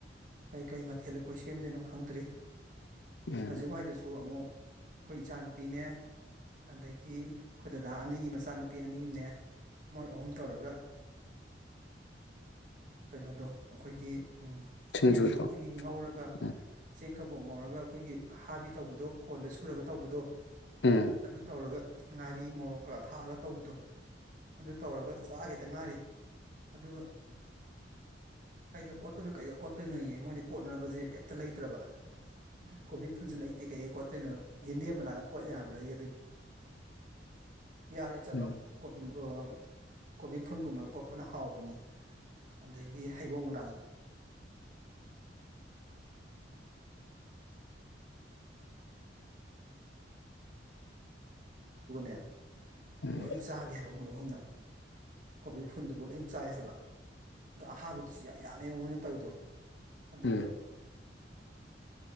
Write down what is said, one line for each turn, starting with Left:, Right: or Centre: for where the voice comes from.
Right: ꯀꯩ ꯀꯔꯤ ꯃꯊꯦꯜ ꯑꯩꯈꯣꯏ ꯁꯦꯝꯗꯣꯏꯅꯣ ꯈꯪꯗ꯭ꯔꯤ
Left: ꯎꯝ
Right: ꯍꯧꯖꯤꯛꯋꯥꯏꯗꯁꯨ ꯑꯃꯨꯛ ꯑꯩꯈꯣꯏ ꯏꯆꯥꯅꯨꯄꯤꯅꯦ ꯑꯗꯒꯤ ꯑꯩꯈꯣꯏ ꯗꯗꯥ ꯑꯅꯤꯒꯤ ꯃꯆꯥꯅꯨꯄꯤ ꯑꯅꯤꯝꯅꯦ ꯃꯣꯏ ꯑꯍꯨꯝ ꯇꯧꯔꯒ ꯀꯩꯅꯣꯗꯣ ꯑꯩꯈꯣꯏꯒꯤ ꯎꯝ
Left: ꯁꯤꯡꯖꯨꯗꯣ
Right: ꯆꯦꯡꯗꯣ ꯑꯩꯈꯣꯏꯒꯤ ꯉꯧꯔꯒ
Left: ꯎꯝ
Right: ꯆꯦꯡ ꯀꯕꯣꯛ ꯉꯧꯔꯒ ꯑꯩꯈꯣꯏꯒꯤ ꯍꯥꯕꯤ ꯇꯧꯕꯗꯣ ꯈꯣꯟꯗ ꯁꯨꯔꯒ ꯇꯧꯕꯗꯣ
Left: ꯎꯝ
Right: ꯑꯗꯨ ꯇꯧꯔꯒ ꯉꯥꯔꯤ ꯃꯣꯔꯣꯛꯀꯒ ꯊꯥꯛꯑꯒ ꯇꯧꯕꯗꯣ ꯑꯗꯨ ꯇꯧꯔꯒ ꯆꯥꯒꯦꯗ ꯉꯥꯔꯤ ꯑꯗꯨꯒ ꯀꯩꯀ ꯀꯣꯠꯇꯣꯏꯅꯣ ꯀꯩꯒ ꯀꯣꯠꯇꯣꯏꯅꯣꯅꯦ ꯃꯣꯏꯗꯤ ꯀꯣꯠꯅꯕꯁꯦ ꯀꯩꯝꯇ ꯂꯩꯇ꯭ꯔꯕ ꯀꯣꯕꯤ ꯐꯟꯁꯨ ꯂꯩꯇꯦ ꯀꯩꯀꯩ ꯀꯣꯠꯇꯣꯏꯅꯣ ꯌꯦꯟꯗꯦꯝ ꯃꯅꯥꯒ ꯀꯣꯠ ꯌꯥꯕ꯭ꯔꯩ ꯌꯥꯔꯣꯏ ꯆꯠꯂꯣ
Left: ꯎꯝ
Right: ꯀꯣꯄꯤꯃꯨ ꯀꯣꯕꯤ ꯐꯟꯒꯨꯝꯕꯅ ꯀꯣꯠꯄꯅ ꯍꯥꯎꯕꯅꯤ ꯑꯗꯒꯤ ꯍꯩꯕꯣꯡ <inaudible>
Left: ꯎꯝ
Right: ꯂꯣꯏꯅ ꯆꯥꯒꯦ ꯍꯥꯏꯕ ꯃꯣꯏ ꯑꯍꯨꯝꯅ ꯀꯣꯕꯤ ꯐꯨꯜꯗꯨꯐꯥꯎ ꯂꯣꯏ ꯆꯥꯏ ꯍꯥꯏꯕ ꯑꯗꯣ ꯑꯍꯥꯕꯗꯨꯁꯨ ꯌꯥꯝ ꯌꯥꯝꯃꯦꯕ ꯃꯣꯏꯅ ꯇꯧꯋꯤꯗꯣ ꯑꯗꯨꯒ
Left: ꯎꯝ